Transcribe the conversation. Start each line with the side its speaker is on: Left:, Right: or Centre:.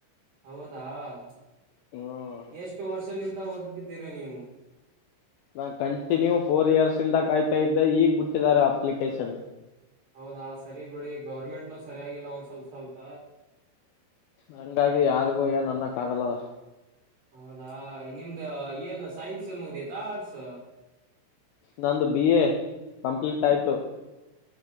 Right: ಹೌದಾ <inaudible>
Left: ಹ್ಮ್
Right: ಎಷ್ಟು ವರ್ಷ ನಿಂತ ಓದು ತಿದ್ದೀರಾ ನೀವು
Left: ನಾ ಕಂಟಿನ್ಯೂ ಫೋರ್ ಇಯರ್ಸ್ ಇಂದ ಕಾಯ್ತಾ ಇದ್ದೆ ಈಗ್ ಬಿಟ್ಟಿದ್ದಾರೆ ಅಪ್ಲಿಕೇಶನ್
Right: ಹೌದಾ ಸರಿ ಬಿಡಿ ಗೌರ್ಮೆಂಟ್ನು ಸರಿಯಾಗಿಲ್ಲ ಒನ್ ಸ್ವಲ್ಪ ಸ್ವಲ್ಪ
Left: ಹಂಗಾಗಿ ಯಾರಿಗೂ ಏನ್ ಅನ್ನಕ್ಕ ಆಗಲ್ ಅಲಾ
Right: ಹೌದಾ ನಿಮ್ದ ಏನು ಸೈನ್ಸ್ ಮುಗದಿತಾ ಆರ್ಟ್ಸ್
Left: ನಂದು ಬಿ ಎ ಕಂಪ್ಲೀಟ್ ಆಯ್ತು